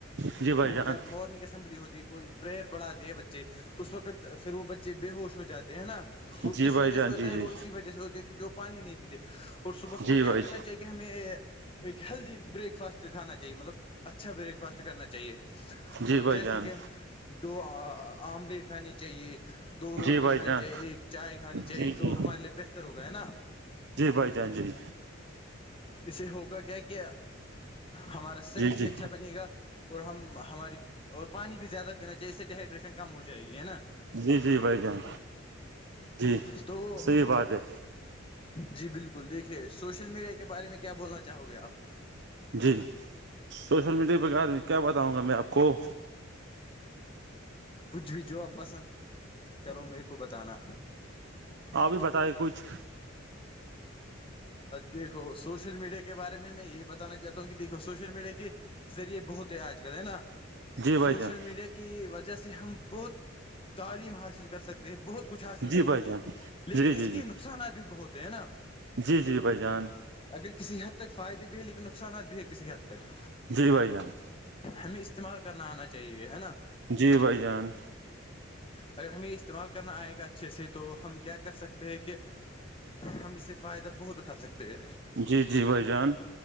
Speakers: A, on the right; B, on the left.
A: جی بھائی جان
B: جب مارننگ اسمبلی ہوتی کوئی پرئر بڑھاتے اس وقت پھر وہ بچے بے ہوش ہو جاتے ہیں نا وہ
A: جی
B: کس
A: بھائی
B: وجہ
A: جان
B: سے ہوتا
A: جی
B: ہے
A: جی
B: وہ وجہ سے ہوتی ہے کیونکہ وہ پانی نہیں پیتے اور صبح صبح
A: جی
B: کیا
A: بھائی
B: کرنا چاہے کہ ہمیں ایک ہیلدی بریک فاسٹ کانا چاہیے مطلب اچھا بریک فاسٹ کرنا چاہیے مطلب
A: جی بھائی
B: جیسے
A: جان
B: کہ دو آملیٹ کھانے چاہیے دو روٹی
A: جی بھائی
B: کھانی
A: جان
B: چاہیے ایک چائے کھانی چاہیے
A: جی
B: تو
A: جی
B: ہمارے لیے بہتر ہوگا ہے نا
A: جی بھائی جان جی
B: اسے ہوگا کیا کہ ہمارا صحت
A: جی جی
B: بھی اچھا بنے گا اور ہم ہماری اور پانی بھی زیادہ پینا چاہیے اس سے ڈیہائیڈریشن کم ہو جائے گی ہے نا
A: جی جی بھائی جان جی
B: تو
A: صحیح بات ہے
B: جی بالکل دیکھیے سوشل میڈیا کے بارے میں کیا بولنا چاہو گے آپ
A: جی سوشل میڈیا کے بغار میں کیا بتاؤں گا میں آپ کو
B: کچھ بھی جو آپ پسند کرو میرے کو بتانا
A: آپ بھی بتائے کچھ
B: دیکھو سوشل میڈیا کے بارے میں میں یہ بتانا چاہتا ہوں کہ دیکھو سوشل میڈیا کے ذریعے بہت ہے آج کل ہے نا
A: جی بھائی
B: سوشل
A: جان
B: میڈیا کے کی وجہ سے ہم بہت تعلیم حاصل کر سکتے ہیں بہت کچھ حاصل
A: جی
B: کر سکتی
A: بھائی جان
B: لیکن
A: جی
B: اس
A: جی
B: کے
A: جی
B: نقصانات بھی ب ہوتے ہیں نا
A: جی جی بھائی جان
B: اگر کسی حد تک فائدے بھی ہے لیکن نقصانات بھی ہے کسی حد تک
A: جی بھائی جان
B: ہمیں اس استعمال کرنا آنا چاہیے ہے نا
A: جی بھائی جان
B: اگر ہمیں استعمال کرنا آئے گا اچھے سے تو ہم کیا کر سکتے ہیں کہ ہم اس سے فائدہ بہت اٹھا سکتے ہیں
A: جی جی بھائی جان